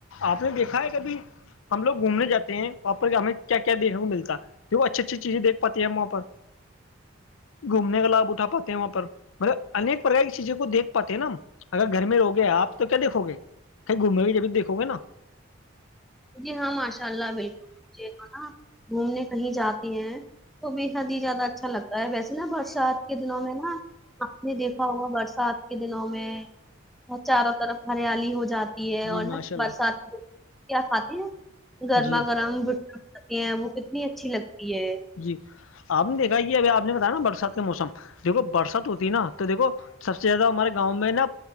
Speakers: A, on the left (about 75°); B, in the centre.
A: آپ نے دیکھا ہے کبھی ہم لوگ گھومنے جے ہیں وہاں پر کہ ہمیں کیا کیا دیکھنے کو ملتا وہ اچھی اچھی چیزیں دیکھ پاتی ہیں وہاں پر گھومنے کا لابھ اٹھا پاتے ہیں وہاں پر مطلب انیک پرک کی چیزوں کویکھ پاتے ہیں نا ہم اگر گھر میں روگ آپ تو کیا دیکھو گے کہیں گھومے ہوئے جبھی دیکھو گے نا
B: جی ہاں ماشاء اللہ بالکل مجھے ہاں گھومنے کہیں جاتی ہیں تو بے حد ہی زیادہ اچھا لگتا ہے ویسے نا برسات کے دنوں میں نا آپ نے دیکھا ہوا برسات کے دنوں میں ب چاروں طرف ہریالی ہو جاتی ہے
A: جی
B: اور
A: ماشاء
B: نہ
A: اللہ
B: برسات میں کیا کھاتے ہیں گرما
A: جی
B: گرم جٹکٹ کھاتے ہیں وہ کتنی اچھی لگتی ہے
A: جی آپ نے دیکھا ہے یہ ابھی آپ نے بتایا نا برسات کے موسم دیکھو برسات ہوتی نا تو دیکو سب سے زیادہ ہمارے گاؤں میں نا